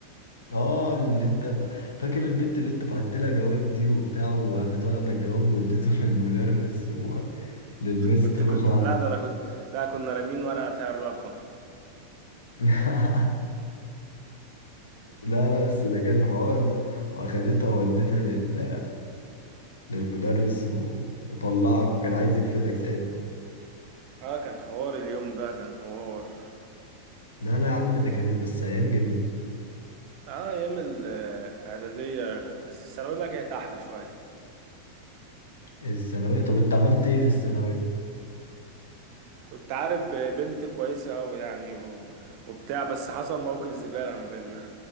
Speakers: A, on the left (about 65°); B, on the right (about 45°).
A: اه اللي انت ب... فاكر البنت اللي انت بعت لها جواب دي وبتاع وقامت واخده الجواب واديته <laughs> للمدرس وللمستر
B: كنت كنت
A: وعم
B: لا ده انا كنت لا كنا رامين ورقة فيها الرقم
A: <laughs> لا لا بس ده كان حوار ده واخدتها ووديتها لل... للمدرس و... وطلعك وكان عايز يرفدك ساعتها
B: اه كان حوار اليوم ده كان حوار
A: لا لا يا عم ده كانت بس ايام جميله
B: اه ايام الاعدادية بس الثانوية بقى كانت احلى شوية
A: الثانويه طب انت عملت ايه في الثانويه
B: كنت عارف بنت كويسة أوي يعني و... وبتاع بس حصل موقف زبالة ما بيننا